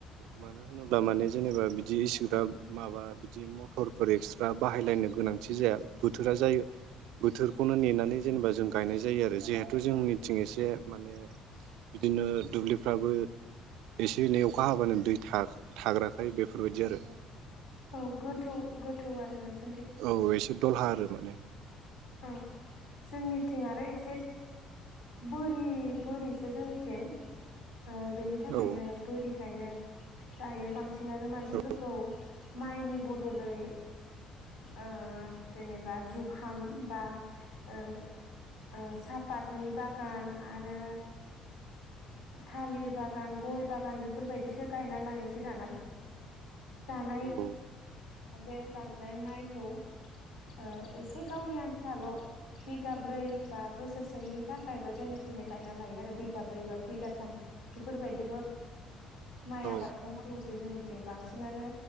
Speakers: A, on the right (about 60°); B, on the left (about 70°).
A: मानो होनोब्ला माने जेनेबा बिदि इसिग्राब माबा बिदि मथरफोर एक्सट्रा बाहायलायनो गोनांथि जाया बोथोरा जायो। बोथोरखौनो नेनानै जेनेबा जों गायनाय जायो आरो जिहेथु जोंनिथिं एसे माने बिदिनो दुब्लिफ्राबो एसे एनै अखा हाबानो दै थाख थाग्राखाय बेफोरबायदि आरो
B: औ गोथौ गोथौ आरो नोंसो
A: औ एसे दलहा आरो माने
B: औ जोंनिथिं आरो एसे बोरि बोरिसो जोंनिथिं ओ बेनि थाखायनो
A: औ
B: बोरिखायनो दायो बांसिनानो मानसिफोरखौ
A: औ
B: माइनि बदलै ओ जेनेबा जुखाम बा ओ ओ सापातनि बागान आरो थालिर बागान गय बागान बेफोरबायदिसो गायना लायोसै दाना जानाय
A: औ
B: बे जाननाय माइखौ ओ एसे गावनि आन थाल बिगाब्रै बा बोसोरसेनि थाखायल जेने थेने गायना लायो आरो बिगाब्रै बा बिगाथाम बेफोरबायदिल माइ
A: औ
B: आबादखौ मावो जों जोंनिथिं बांसिनानो